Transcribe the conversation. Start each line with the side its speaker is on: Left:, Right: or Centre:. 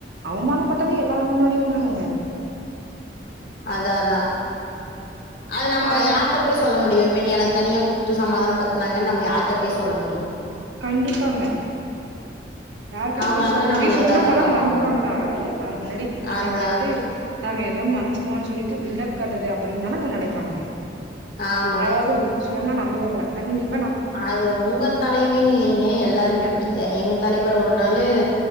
Right: அவ்மான ப்பட்டது எல்லார் முன்னாடியுந்தானெங்க
Left: அதா அதா அது நம்ப
Right: ஆ
Left: யார்ட போய் சொல்ல முடியு இப்பிடி என தனியா கூப்ட்டு சமாதானப் பத்துனாங்கன் நம்ம யார்ட்ட போய் சொல்ல முடியு
Right: கண்டிப்பாங்க யார்கிட்ட
Left: அவங்க
Right: போய்
Left: வந்து
Right: சொல்ல முடியு
Left: நம்மள
Right: சொன்னா
Left: இதா தான்
Right: மொத
Left: பாப்பாங்க.
Right: நம்புவாங்ளா எல்லாருக்கு முன்னாடி திட்டிட்டாங்கன்ட்டு
Left: அதுதான்.
Right: நாம எதோன்ன போனு சொல்லிட்டு பில்டப் காட்டுது அப்படின்னு தானங்க நெனப்பாங்க
Left: ஆமா.
Right: யாராவது சொன்னா நம் வாங்களா கண்டிப்ப
Left: அது உங்க தலைவினுல்லைங்க எல்லாருமே அப்படித்தேன் எங்க தலைவரு ஒரு நாளு